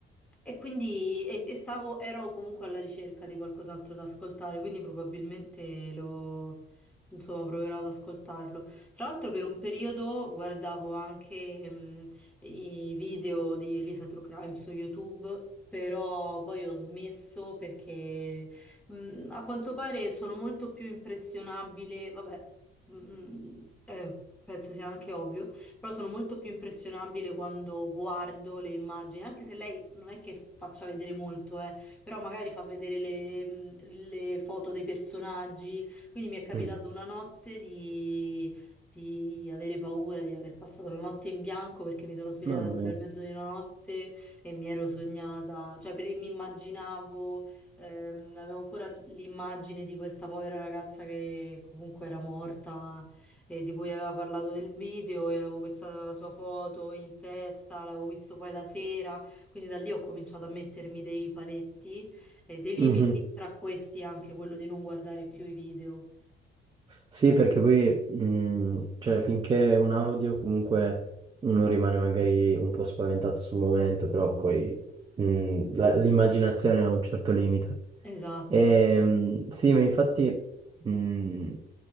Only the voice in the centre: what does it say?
e quindi e- e stavo, ero comunque alla ricerca di qualcos'altro da ascoltare, quindi probabilmente lo, insomma, proverò ad ascoltarlo. Tra l'altro per un periodo guardavo anche mh, i video di Elisa True Crime su YouTube, però poi ho smesso perché mh, a quanto pare sono molto più impressionabile, vabbè, mh, eh, penso sia anche ovvio, però sono molto più impressionabile quando guardo le immagini, anche se lei non è che faccia vedere molto, eh, però magari fa vedere le mh, le foto dei personaggi. Quindi mi è capitato
una notte di di avere paura di aver passato la notte in bianco perché mi sono svegliata
nel
bel mezzo di una notte e mi ero sognata, cioè per- mi immaginavo, ehm, avevo ancora l'immagine di questa povera ragazza che comunque era morta e di cui aveva parlato del video e avevo questa sua foto in testa, l'avevo visto poi la sera, quindi da lì ho cominciato a mettermi dei paletti e dei limiti,
tra questi anche quello di non guardare più i video.
Esatto.